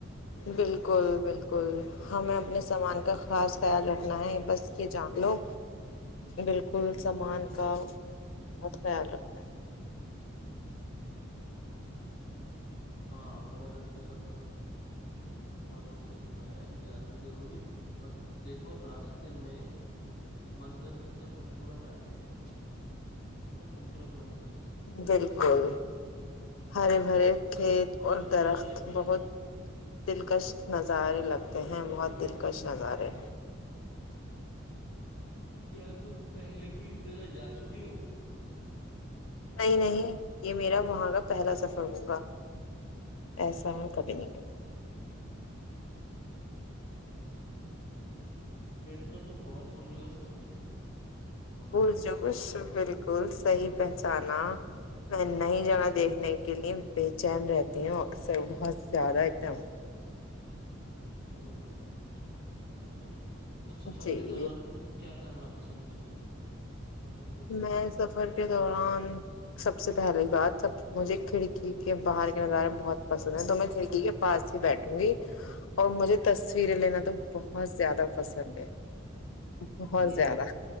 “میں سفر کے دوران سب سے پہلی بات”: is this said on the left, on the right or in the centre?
Left